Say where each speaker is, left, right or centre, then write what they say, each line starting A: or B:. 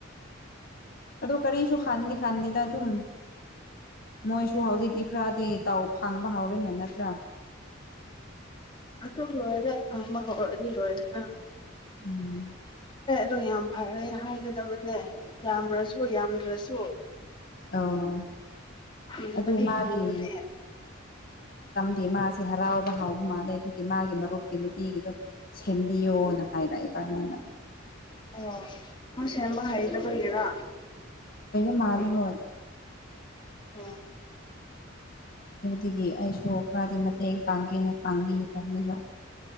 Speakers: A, on the left; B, on the left.
A: ꯑꯗꯣ ꯀꯔꯤꯁꯨꯨ ꯈꯥꯟꯗ ꯈꯥꯟꯗꯦꯗ ꯑꯗꯨꯝ ꯃꯣꯏꯁꯨ ꯍꯧꯖꯤꯛꯇꯤ ꯈꯔꯗꯤ ꯇꯥꯎ ꯐꯪꯕ ꯍꯧꯎꯔꯦꯅ ꯅꯠꯇ꯭ꯔꯥ
B: ꯑꯗꯨꯝ ꯂꯣꯏꯔꯦ ꯍꯪꯕ ꯍꯧꯔꯛꯗꯤ ꯂꯣꯏꯔꯦꯍꯦ
A: ꯎꯝ
B: ꯑꯗꯣ ꯌꯥꯝ ꯐꯔꯦ ꯍꯥꯏꯒꯗꯕꯅꯦ ꯌꯥꯝ꯭ꯔꯁꯨ ꯌꯥꯝꯗ꯭ꯔꯁꯨ
A: ꯑꯣ
B: ꯐꯪꯕꯗꯤ
A: ꯑꯗꯨ ꯃꯥꯒꯤ
B: ꯐꯪꯕꯅꯦ
A: ꯗꯤ ꯃꯥꯁꯤꯦ ꯍꯔꯥꯎꯕ ꯍꯥꯎꯕ ꯃꯥꯥꯟꯅꯩ ꯑꯗꯨꯒꯤ ꯃꯥꯒꯤ ꯃꯔꯨꯞꯀꯤ ꯅꯨꯄꯤꯒꯤꯗꯣ ꯁꯦꯝꯕꯤꯌꯣꯅ ꯍꯥꯏꯔꯛꯏꯕꯉꯣꯟꯗ
B: ꯑꯣ ꯃꯣꯏ ꯁꯦꯝꯕ ꯍꯩꯗꯕꯒꯤꯔ
A: ꯃꯥꯔꯤ ꯍꯣꯏ
B: ꯑꯣ
A: ꯁꯤꯒꯤ ꯑꯩꯁꯨ ꯈꯔꯗꯤ ꯃꯇꯦꯡ ꯄꯥꯡꯒꯦꯅ ꯄꯥꯡꯕꯤꯈ꯭ꯔꯅꯦꯕ